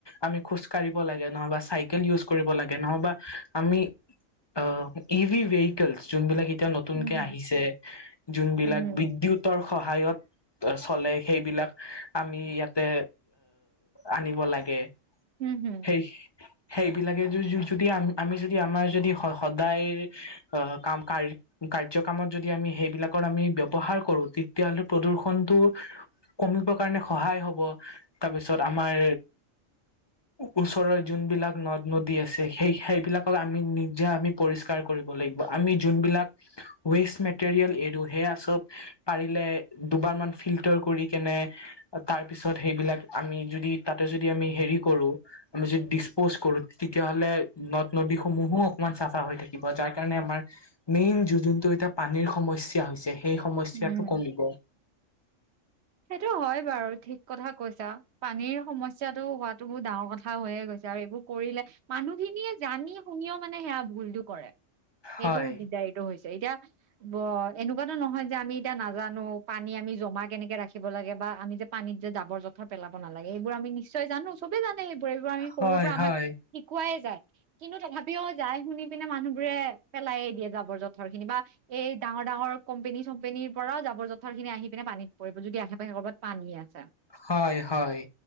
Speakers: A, on the left; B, on the right.
A: আমি খোজ কাঢ়িব লাগে নহবা চাইকেল ইউজ কৰিব লাগে, নহবা আমি অ ইভি ৱেকেলছ যোন বিলাগ এ নতুনকে
B: উম হম
A: আহিছে যোনবিলাক
B: উম
A: বিদ্যুতৰ সহায়ত চলে সেইবিলাক আমি ইয়াতে আনিব লাগে
B: হম হম
A: সেই সেইবিলাকে য যদি আমি আমি যদি আমাৰ যদি সদায় অ কাম কাৰ্যকামত যদি আমি সেইবিলাকৰ আমি ব্যৱহাৰ কৰো তেতিয়াহলে প্ৰদূ্ষনটো কমিব কাৰণে সহায় হব। তাৰপিছত আমাৰ ওচৰৰ যোনবিলাক নদ নদী আছে সেই সেইবিলাকক আমি নিজে আমি পৰিষ্কাৰ কৰি লাগিব আমি যোনবিলাক
B: উ <unintelligible>
A: ৱেষ্ট মেটেৰিয়েল এৰ সেয়া চব পাৰিলে দুবাৰ মান ফিল্টাৰ কৰি কেনে। তাৰ পিছত সেইবিলাক আমি যদি তাতে যদি আমি হেৰি কৰো আমি যদি ডিচপ'জ কৰো। তেতিয়াহলে নদ নদীসমূহো অকমান চাফা হৈ থাকিব যাৰ কাৰণ আমাৰ মেনট যোনটো এতিয়া পানীৰ সমস্যা হৈছে সেই সমস্যাটো
B: উম
A: কমিব।
B: সেইটো হয় বাৰু ঠিক কথা কৈছা পানীৰ সমস্যাটো হোৱাতো বহুত ডাঙৰ কথা হৈয়ে গৈছে আৰু এইবোৰ কৰিলে। মানুহ খিনিয়ে জানি শুনিও মানে সেয়া ভুলতো কৰে সেইটো
A: হয়
B: দিৰ্দাৰিত হৈছে। এতিয়া ব এনেকুৱাতো নহয় যে আমি এতিয়া নাজানো পানী আমি জমা কেনেকে ৰাখি থাকিব লাগে বা আমি যে পানীত যে জাবৰ জোথৰ পেলাব নালাগে এইবোৰ আমি নিশ্চয় জানো চবে জানো। সেইবোৰ এইবোৰ আমি সৰুৰ
A: হয়
B: পৰা আমাক
A: হয়
B: শিকোৱাইে যায়। কিন্তু তথাপিও যাই শুনি পিনে মানুহবোৰে পেলাইে দিয়ে জাবৰ জোথৰ খিনি বা এই দাঙৰ ডাঙৰ কম্পেনী চম্পেনীৰ পৰাও জাব জথৰ খিনি আহি পি পানীত পৰিব যদি আসে পাশে ক'ৰবাত পানী আছে।
A: হয় হয়।